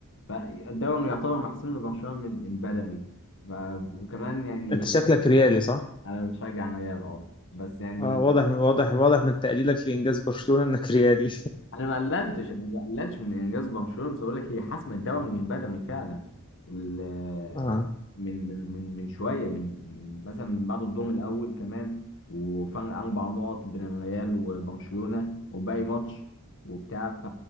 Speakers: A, on the left (about 60°); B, on the left (about 20°).
A: فالدوري يعتبر محسوم لبرشلونه من من بدري ف... وكمان يعني
B: انت
A: هي
B: شكلك
A: كانت-
B: ريالي صح
A: انا بشجع ريال اه بس يعني
B: اه واضح واضح واضح من تقليلك لانجاز برشلونة انك ريالي
A: انا ما قللتش انا ما قللتش من انجاز برشلونه بس اقول لك هي حسمت دوري من بدري فعلا ال-
B: <laughs>
A: من من من من شويه من من مثلا بعد الدور الاول كمان وفرق اربع نقط بين الريال وبرشلونه وباقي ماتش وبتاع ف